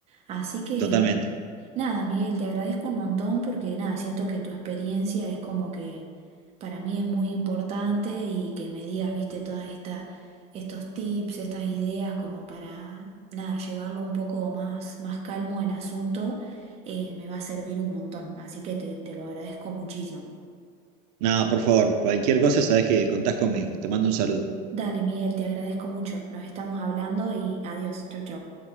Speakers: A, on the right; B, on the right.
A: Así que,
B: totalmente.
A: nada, Miguel, te agradezco un montón porque, nada, siento que tu experiencia es como que para mí es muy importante y que me digas, viste, todas estas, estos tips, estas ideas como para, nada, llevarlo un poco más, más calmo al asunto, eh, me va a servir un montón. Así que te, te lo agradezco muchísimo.
B: Nada, por favor, cualquier cosa sabés que contás conmigo. Te mando un saludo.
A: Dale, Miguel, te agradezco mucho. Nos estamos hablando y adiós. Chau, chau.